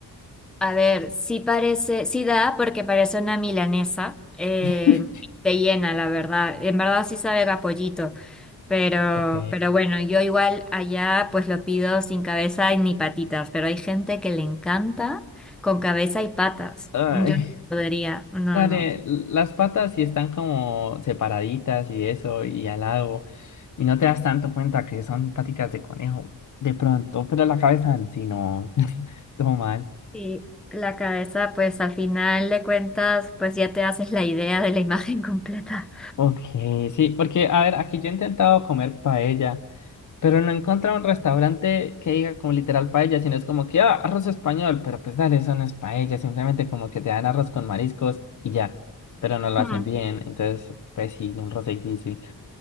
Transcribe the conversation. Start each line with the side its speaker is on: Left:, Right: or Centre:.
Centre: A ver, sí parece, sí da porque parece una milanesa, eh,
Left: <laughs>
Centre: te llena, la verdad. En verdad sí sabe a pollito. Pero,
Left: Ok.
Centre: pero bueno, yo igual allá pues lo pido sin cabeza y ni patitas, pero hay gente que le encanta con cabeza y patas.
Left: Ay.
Centre: Yo no podría, no,
Left: Dale,
Centre: no.
Left: las patas sí están como separaditas y eso, y al lado, y no te das tanto cuenta que son paticas de conejo, de pronto, pero la cabeza en sí no, <laughs> todo mal.
Centre: Y la cabeza pues al final de cuentas pues ya te haces la idea de la imagen <laughs> completa.
Left: Ok, sí, porque a ver, aquí yo he intentado comer paella, pero no he encontrado un restaurante que diga como literal paella, sino es como que, ah, arroz español, pero pues dale, eso no es paella, simplemente como que te dan arroz con mariscos y ya, pero no lo
Centre: Mm,
Left: hacen bien, entonces, pues sí, un roce difícil.